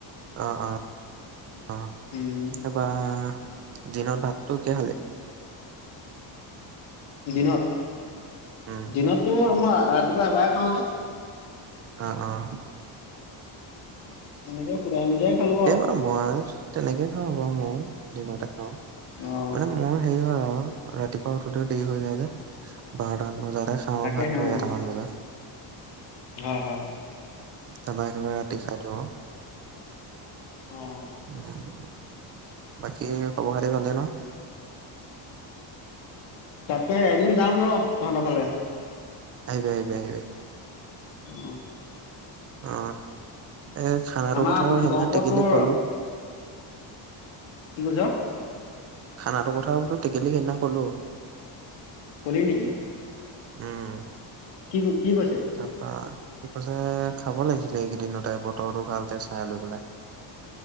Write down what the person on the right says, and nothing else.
অ', অ', অ'।
তাৰপা দিনত ভাতটো কিহে খালি?
উম
অ', অ'।
অ মই তেনেকে খাওঁ বাৰু মও দিনতে খাওঁ
মানে মোৰ হেৰি হয় আৰু। ৰাতিপুৱা উঠোতেও দেৰি হৈ যায় যে বাৰটামান বজাতে খাওঁ
ভাতটো
এটামান বজাত।
তাৰপৰা একেবাৰে ৰাতি খাই দিওঁ আৰু।
উম বাকী খবৰ খাতি ভালে ন
আহিবি আহিবি আহিবি।
অ এ খানাটো
কথাও সেইদিনা
টেকেলিক
কলো
খানাটো কথাও বোলো টেকেলিক সেইদিনা ক'লো।
উম।
তাৰপৰা সি কৈছে খাব লাগিছিলে এইকেইদিনতে বতৰটো ভালকে চাই লৈ পেলাই।